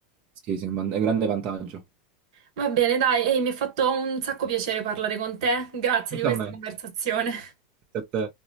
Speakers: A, on the right; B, on the right.
A: Sì, sì, è un van- è un grande vantaggio.
B: Va bene, dai, ehi, mi ha fatto un sacco piacere parlare con te. Grazie
A: Anche
B: di questa
A: a me.
B: conversazione.
A: A te.